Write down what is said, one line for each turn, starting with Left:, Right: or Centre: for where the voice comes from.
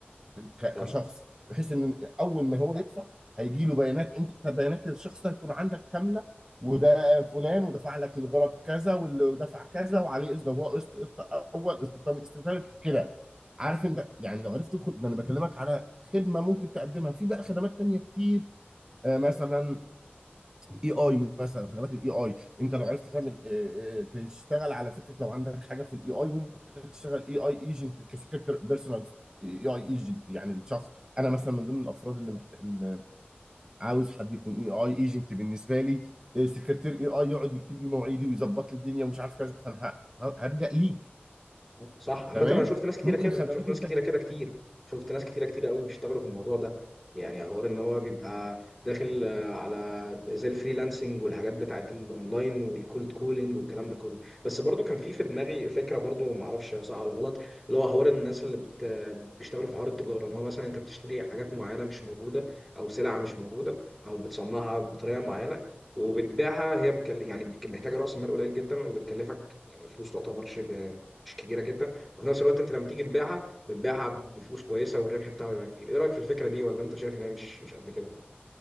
Right: ك-
Centre: صح
Right: كشخص بحيث ان اول ما هو يدفع هيجي له بيانات انت بيانات الشخص ده هتكون عندك كامله وده فلان ودفع لك الغرض كذا واللي دفع كذا وعليه قسط ضوء قسط قسط اول قسط تاني قسط تالت كده عارف انت يعني لو عرفت تدخل ده انا بكلمك على خدمه ممكن تقدمها في بقى خدمات تانيه كتير آه، مثلا اي اي مثلا خدمات الاي اي انت لو عرفت تعمل آه، آه، تشتغل على فكره لو عندك حاجه في الاي اي ممكن تشتغل اي اي ايجنت كفكره بيرسونال اي اي ايجنت يعني الشخص انا مثلا من ضمن الافراد اللي محتاج اللي عاوز حد يكون اي اي ايجنت بالنسبه لي آه، سكرتير اي اي يقعد يكتب لي مواعيدي ويظبط لي الدنيا ومش عارف كذا فانا ه- ه- هرجع ليك
Centre: صح عامة
Right: تمام
Centre: انا شفت ناس كتيرة
Right: ممكن
Centre: كده
Right: خدمات
Centre: شفت ناس
Right: انت
Centre: كتيرة كده كتير شفت ناس كتيرة كتيرة قوي بيشتغلوا في الموضوع ده يعني حوار ان هو بيبقى داخل آه، على زي الفريلانسنج والحاجات بتاعت الاونلاين والكولد كولينج والكلام ده كله بس برضو كان في في دماغي فكرة برضو ما اعرفش صح ولا غلط اللي هو حوار الناس اللي بت... بيشتغلوا في حوار التجارة ان هو مثلا انت بتشتري حاجات معينة مش موجودة او سلعة مش موجودة او بتصنعها بطريقة معينة وبتبيعها هي بتكل... يعني بت- محتاجة رأس مال قليل جدا وبتكلفك يعني فلوس تعتبر شبه مش كبيره جدا وفي نفس الوقت انت لما تيجي تبيعها بتبيعها بفلوس كويسه والربح بتاعها بيبقى كبير ايه رايك في الفكره دي ولا انت شايف ان هي مش مش قد كده